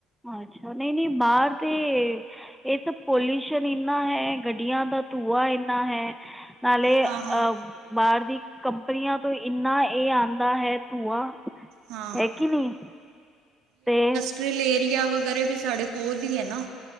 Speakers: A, in the centre; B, on the right.
A: ਅੱਛਾ ਨਹੀਂ-ਨਹੀਂ ਬਾਹਰ ਤੇ ਇਹ ਤਾ ਪੋਲਿਊਸ਼ਨ ਇੰਨਾ ਹੈ ਗੱਡੀਆਂ ਦਾ ਧੂੰਆ ਇੰਨਾ ਹੈ ਨਾਲੇ
B: ਹਾਂ
A: ਅਹ
B: ਹਾਂ
A: ਬਾਹਰ ਦੀ ਕੰਪਨੀਆਂ ਤੋਂ ਇੰਨਾ ਇਹ ਆਂਦਾ ਹੈ ਧੂੰਆ
B: ਹਾਂ
A: ਹੈ ਕਿ ਨੀ ਤੇ
B: ਟਰੀਲੇਰੀਆ ਵਗੈਰਾ ਵੀ ਸਾਡੇ ਕੋਲ ਈ ਏ ਨਾ